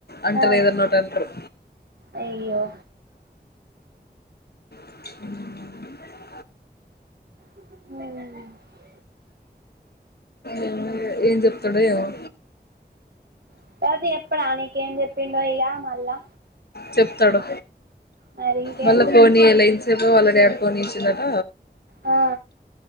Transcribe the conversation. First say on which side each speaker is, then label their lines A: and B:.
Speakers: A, on the left; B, on the right.
A: అంటరు
B: ఆ
A: ఏదన్న ఒకటి అంటరు
B: అయ్యో
A: అ
B: ఉమ్
A: ఏమో ఇగ ఏం చెప్తాడో ఏమో
B: <unintelligible> చెప్పడా నీకేం చెప్పిండో ఇక మళ్ళా
A: చెప్తడు
B: మరి ఇంకేంది
A: మళ్ళా ఫోన్ చేయలే ఇంతసేపు వాళ్ళ డాడీ ఫోన్ చేసిండట
B: ఆ